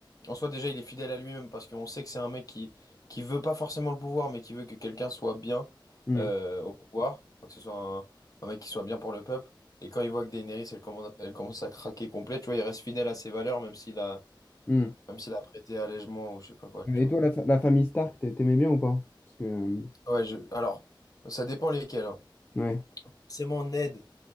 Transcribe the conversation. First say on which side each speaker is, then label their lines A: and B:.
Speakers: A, on the left; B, on the left.
A: en soi déjà il est fidèle à lui-même parce qu'on sait que c'est un mec qui qui veut pas forcément le pouvoir, mais qui veut que quelqu'un soit bien
B: Mmh,
A: euh, au pouvoir, Enfin, que ce soit un, un mec qui soit bien pour le peuple. Et quand il voit que Daenerys elle commence, elle commence à craquer complet, tu vois, il reste fidèle à ses valeurs même s'il a
B: mmh.
A: même s'il a prêté allègement ou je sais pas quoi,
B: Euh,
A: tu
B: Et
A: vois.
B: toi, la, fa- la famille Stark, t'a- t'aimais bien ou pas? Parce que, euh,
A: Ouais, je- alors ça dépend lesquels. hein.
B: ouais.
A: C'est mon Ned,